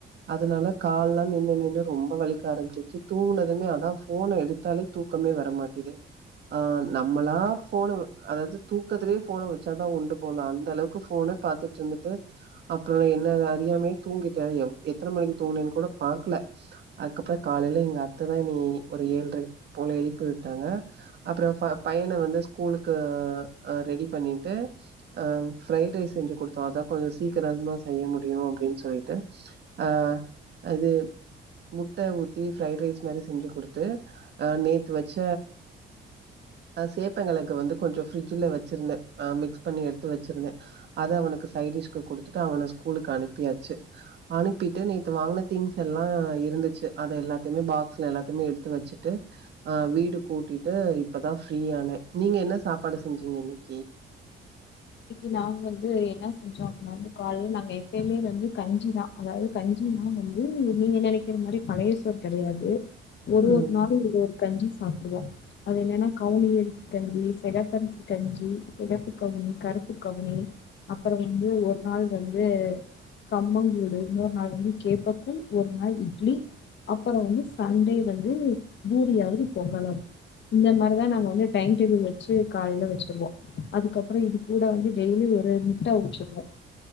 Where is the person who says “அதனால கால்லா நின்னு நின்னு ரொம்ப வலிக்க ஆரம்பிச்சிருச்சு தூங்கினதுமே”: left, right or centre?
Right